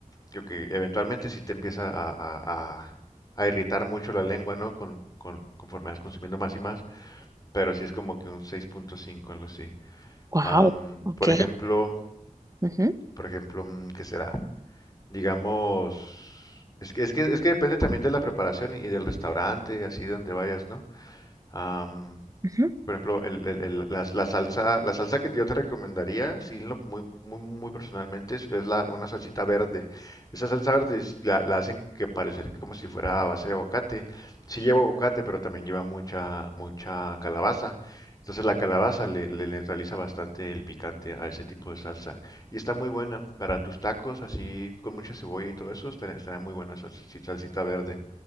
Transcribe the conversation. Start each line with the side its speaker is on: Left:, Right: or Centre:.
Left: creo que eventualmente sí te empieza a, a- a- a irritar mucho la lengua, ¿no? Con, con, conforme vas consumiendo más y más, pero sí es como que un 6.5, algo así.
Right: wow,
Left: Am,
Right: ok,
Left: por ejemplo,
Right: ujú,
Left: por ejemplo, mm, ¿qué será? Digamos, es que, es que, es que depende también de la preparación y, y del restaurante, así donde vayas, ¿no? Am,
Right: ujú.
Left: por ejemplo, el- el- el- la, la salsa, la salsa que yo te recomendaría, sí, lo- muy, muy, muy personalmente, es, es la, una salsita verde. Esa salsa verde es- la, la hacen que parecer como si fuera a base de aguacate. Sí lleva aguacate, pero también lleva mucha, mucha calabaza. Entonces la calabaza le, le neutraliza bastante el picante a ese tipo de salsa. Y está muy buena para tus tacos, así con mucha cebolla y todo eso, estaría estará muy buena esa salsi- salsita verde.